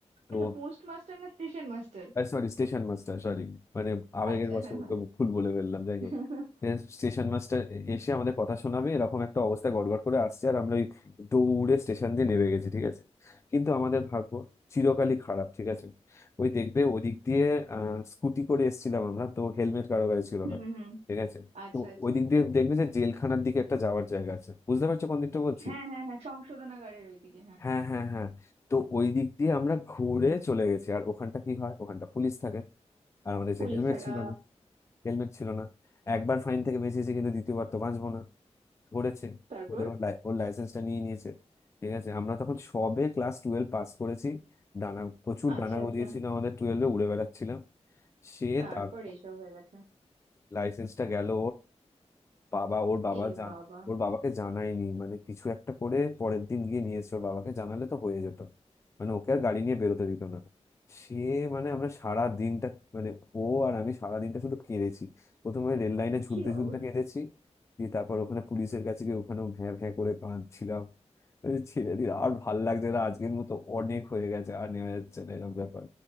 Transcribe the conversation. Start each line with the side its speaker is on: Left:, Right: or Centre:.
Left: তো
Right: আচ্ছা পোস্ট মাস্টার না স্টেশন মাস্টার
Left: সরি স্টেশন মাস্টার সরি মানে আবেগের
Right: আচ্ছা
Left: বশবর্ত
Right: হ্যাঁ হ্যাঁ
Left: ভুল বলে ফেললাম যাই
Right: <laughs>
Left: হোক স্টেশন মাস্টার এসে আমাদের কথা শোনাবে এরকম একটা অবস্থায় গড়গড় করে আসছে আর আমরা ওই দৌড়ে স্টেশন দিয়ে নেমে গেছি ঠিক আছে কিন্তু আমাদের ভাগ্য চিরকালই খারাপ ঠিক আছে ওই দেখবে ওদিক দিয়ে আহ স্কুটি করে এসেছিলাম আমরা তো হেলমেট কারো গায়ে ছিল
Right: হুম
Left: না
Right: হুম
Left: ঠিক আছে
Right: আচ্ছা
Left: তো
Right: আচ্ছা
Left: ওই দিক দিয়ে দেখবে যে জেলখানার দিকে একটা যাওয়ার জায়গা আছে বুঝতে পারছো কোন দিকটা বলছি
Right: হ্যাঁ হ্যাঁ হ্যাঁ সংশোধনাগারের ওইদিকে হ্যাঁ
Left: হ্যাঁ হ্যাঁ হ্যাঁ তো ওই দিক দিয়ে আমরা ঘুরে চলে গেছি আর ওখানটা কি হয় ওখানটা পুলিশ থাকে আর আমাদের
Right: পুলিশ
Left: যে হেলমেট
Right: থাকা
Left: ছিল না হেলমেট ছিল না একবার ফাইন থেকে বেঁচেছি কিন্তু দ্বিতীয়বার তো বাঁচবো না ধরেছে
Right: তারপর
Left: ধরে ওর লাই- ওর লাইসেন্সটা নিয়ে নিয়েছে ঠিক আছে আমরা তখন সবে ক্লাস টুয়েলভ পাস করেছি ডানা প্রচুর
Right: আচ্ছা
Left: ডানা
Right: আচ্ছা
Left: গজিয়েছিল আমাদের টুয়েলভে উড়ে বেড়াচ্ছিলাম সে
Right: তারপর
Left: তারপর
Right: এসব হয়ে গেছে
Left: লাইসেন্সটা গেল বাবা ওর বাবা
Right: এ
Left: জান
Right: বাবা
Left: ওর বাবাকে জানায়নি মানে কিছু একটা করে পরের দিন গিয়ে নিয়ে এসেছে ওর বাবাকে জানালে তো হয়ে যেত মানে ওকে আর গাড়ি নিয়ে বেরোতে দিত না সে মানে আমরা সারা দিনটা মানে ও আর আমি সারা দিনটা শুধু কেঁদেছি প্রথমে রেল লাইনে ঝুলতে
Right: কি
Left: ঝুলতে
Right: অবস্থা
Left: কেঁদেছি দিয়ে তারপর ওখানে পুলিশের কাছে গিয়ে ওখানেও ভ্যাঁ ভ্যাঁ করে কাঁদছিলাম এই ছেড়ে দিই আর ভাল লাগছে না আজকের মতো অনেক হয়ে গেছে আর নেওয়া যাচ্ছে না এরকম ব্যাপার